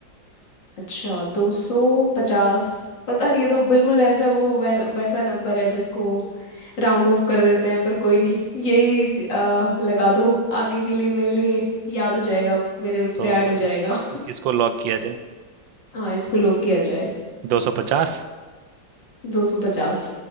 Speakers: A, on the left (about 70°); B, on the right (about 80°).
A: अच्छा दो सौ पचास पता नहीं ये तो बिल्कुल ऐसा वो वैल, वैसा नंबर है जिसको राउंड ऑफ कर देते हैं पर कोई नहीं यही अ, लगा दो आगे के लिए मेरे लिए याद हो जाएगा मेरे उसमें
B: तो,
A: ऐड हो जाएगा
B: तो किसको लॉक किया जाए
A: हाँ इसको लॉक किया जाए
B: दो सौ पचास
A: दो सौ पचास